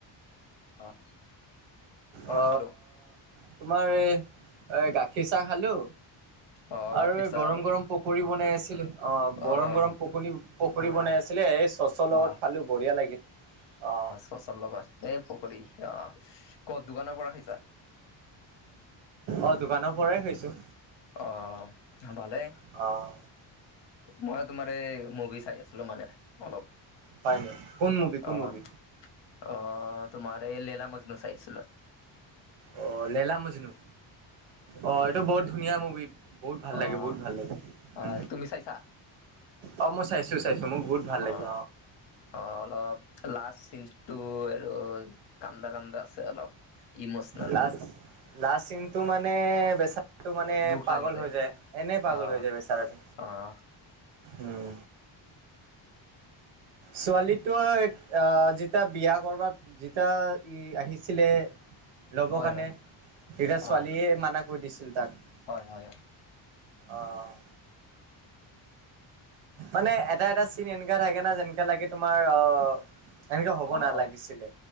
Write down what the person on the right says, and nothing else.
অ
তোমাৰ এ এই গাখীৰ চাহ খালো।
আৰু
এই
গৰম গৰম পকৰি বনাই আছিলে অ গৰম
গৰম পকৰি পকৰি বনাই আছিলে এই চচৰ লগত
খালো বঢ়িয়া লাগিল। অ
অ দোকানৰ পৰাই খাইছো।
অ
পাই নাই। কোন মুভি কোন
মুভি?
অ লেলা মজনু অ এইটো বহুত ধুনীয়া মুভি। বহুত ভাল লাগে
বহুত ভাল লাগে
উ
অ মই চাইছো চাইছো মোক বহুত ভাল
লাগে
লাষ্ট লাষ্ট চিনটো মানে বেচা টো মানে
পাগল
হৈ যায় এনে পাগল
হৈ যায় বেচাৰটো
উম ছোৱালীটো আহ যেতিয়া বিয়া কৰবাত যেতিয়া ই আহিছিলে ল'ব
কাৰণে
তেতিয়া ছোৱালীয়ে
মানা কৰি দিছিল তাক।
অ' মানে এটা-এটা চিন এনেকা থাকে না যেনেকা লাগে তোমাৰ অ' এনেকে হ'ব
নালাগিছিলে